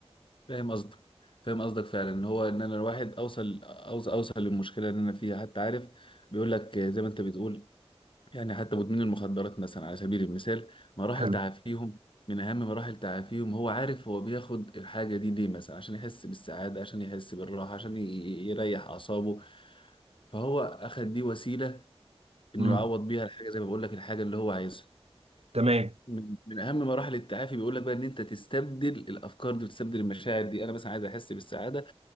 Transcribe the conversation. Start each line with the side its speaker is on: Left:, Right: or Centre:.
Left: فاهم قصدك فاهم قصدك فعلا ان هو ان انا الواحد اوصل اوصل اوصل للمشكله اللي انا فيها حتى عارف بيقول لك آه، زي ما انت بتقول يعني حتى مدمنين المخدرات مثلا على سبيل المثال مراحل
Right: حلو
Left: تعافيهم من اهم مراحل تعافيهم هو عارف هو بياخد الحاجه دي ليه مثلا عشان يحس بالسعاده عشان يحس بالراحه عشان ي- يريح اعصابه فهو اخد دي وسيله انه
Right: امم
Left: يعوض بيها الحاجه زي ما بقول لك الحاجه اللي هو عايزها
Right: تمام
Left: من من اهم مراحل التعافي بيقول لك بقى ان انت تستبدل الافكار دي وتستبدل المشاعر دي انا مثلا عايز احس بالسعاده